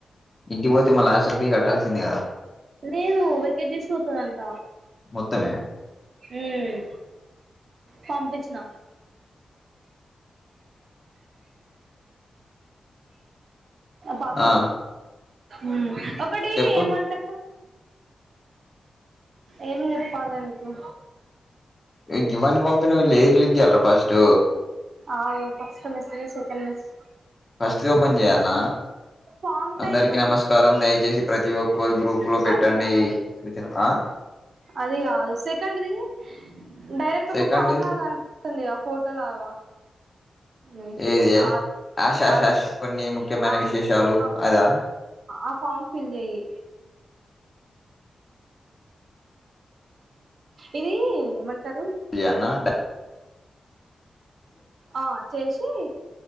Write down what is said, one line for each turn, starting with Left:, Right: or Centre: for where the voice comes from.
Left: ఇంటికి పోతే, మల్ల ఆస్టల్ ఫి కట్టాల్సిందే కదా!
Right: లేదు వెకేట్ చేసి పోతదంట.
Left: మొత్తమే
Right: మ్ పంపిచ్చిన. పాస్
Left: ఆ
Right: వర్డ్. మ్ ఒకటి
Left: చెప్పు
Right: ఏమంటారు? ఏం చెప్పాల నీకు
Left: ఏ గివన్ని పంపినావ్, లేది క్లిక్ చేయాలి రా ఫస్ట్?
Right: ఆగు ఫస్ట్ మెసేజెస్ ఓపెన్ చేసి
Left: ఫస్ట్ ది ఓపెన్ చేయాన్న.
Right: ఫామ్ టైప్
Left: అందరికి
Right: లో ఉంది
Left: నమస్కారం. దయచేసి ప్రతి ఒ కోరి గ్రూప్ లో పెట్టండి
Right: అది కాదు
Left: సూచన ఆ
Right: అది కాదు సెకండ్ ది డైరెక్ట్
Left: సెకండ్
Right: ఒక ఫామ్
Left: ఇది
Right: లాగ ఉంటుంది ఆ ఫోటో లాగ. మ్
Left: ఏది
Right: ఆగు
Left: యాష్ యాష్
Right: ఆగు
Left: యాష్ కొన్ని ముఖ్యమైన
Right: ఆవ్
Left: విశేషాలు
Right: ఆ
Left: అదా
Right: ఆ ఫోర్మ ఫిల్ చేయి. ఇది ఏమంటారు
Left: యానా డ
Right: ఆ చేసి,